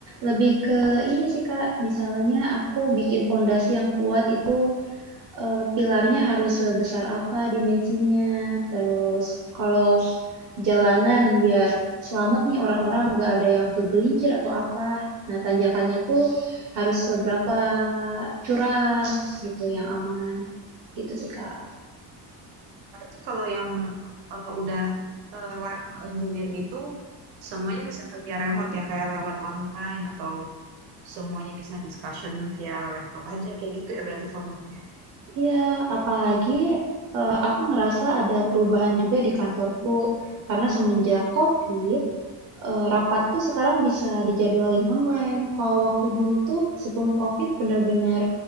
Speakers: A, on the right; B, on the right.
A: lebih ke ini sih Kak, misalnya aku bikin pondasi yang kuat itu eh, pilarnya harus sebesar apa dimensinya, terus kalau jalanan biar selamat nih orang-orang nggak ada yang kegelincir atau apa. Nah, tanjakannya tuh harus seberapa curam gitu yang aman. Gitu sih Kak.
B: Berarti kalau yang eh, udah eh, lab engineer gitu, semuanya bisa kerja remote ya, kayak lewat online atau semuanya bisa discussion via laptop aja, kayak gitu ya berarti formatnya.
A: Iya, apalagi eh, aku ngerasa ada perubahan juga di kantorku karena semenjak COVID eee, rapat tuh sekarang bisa dijadwalin online. Kalau waktu dulu tuh sebelum COVID benar-benar